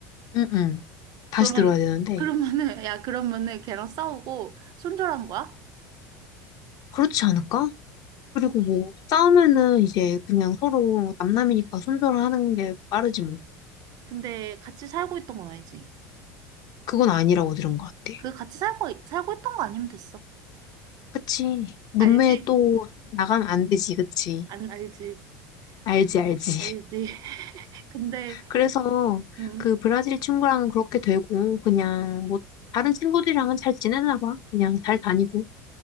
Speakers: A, on the left (about 50°); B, on the right (about 50°).
A: 응응. 다시
B: 그러면,
A: 들어야 되는데.
B: 그러면은, <laughs> 야, 그러면은 걔랑 싸우고 손절한 거야?
A: 그렇지 않을까? 그리고 뭐, 싸우면은 이제 그냥 서로 남남이니까 손절하는 게 빠르지 뭐.
B: 근데 같이 살고 있던 건 아니지.
A: 그건 아니라고 들은 것 같아.
B: 그 같이 살고, 살고 있던 거 아니면 됐어.
A: 그치. 문매
B: 알지?
A: 또 나가면 안 되지, 그치.
B: 안 알지?
A: 알지,
B: 아,
A: 알지.
B: 알지?
A: <laughs>
B: <laughs> 근데
A: 그래서
B: 음
A: 그 브라질 친구랑은 그렇게 되고, 그냥 뭐, 다른 친구들이랑은 잘 지내나 봐. 그냥 잘 다니고.